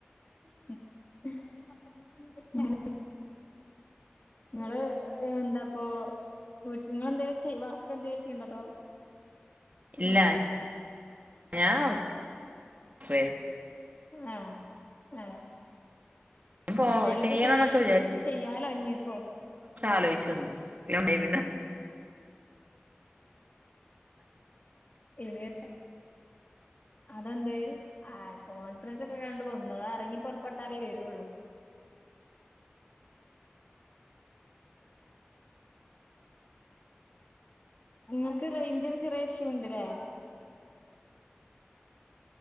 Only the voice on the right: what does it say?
ഇല്ല ഞാൻ ഹൌസ് വൈഫാ
ഞാൻ പോ
ചെയ്യണംന്നൊക്കെ
ആലോയിച്ച്ന്ന് <unintelligible>